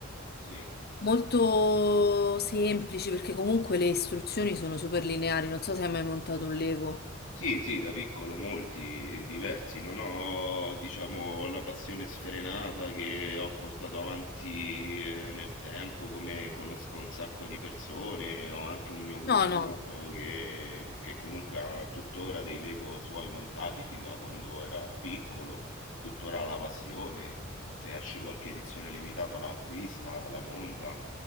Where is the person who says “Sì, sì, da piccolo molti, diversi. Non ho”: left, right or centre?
Left